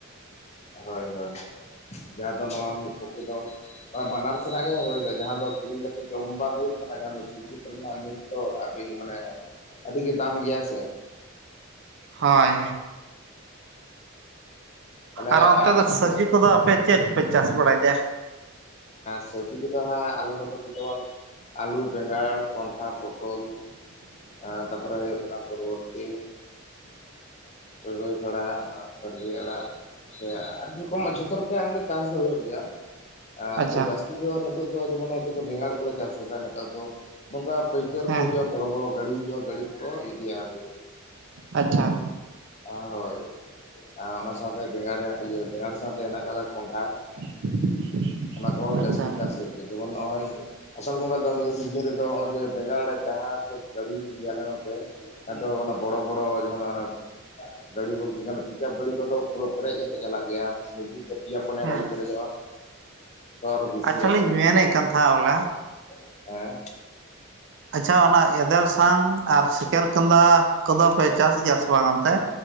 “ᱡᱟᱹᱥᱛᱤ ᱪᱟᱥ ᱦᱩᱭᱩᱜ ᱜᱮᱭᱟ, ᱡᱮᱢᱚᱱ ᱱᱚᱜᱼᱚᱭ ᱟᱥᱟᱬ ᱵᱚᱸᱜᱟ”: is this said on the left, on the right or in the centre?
Left